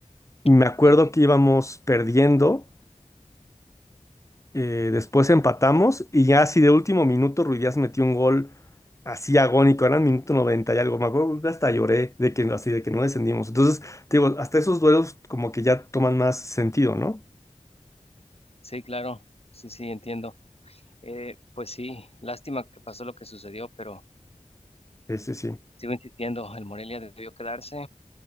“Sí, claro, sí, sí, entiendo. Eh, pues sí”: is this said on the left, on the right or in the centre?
Left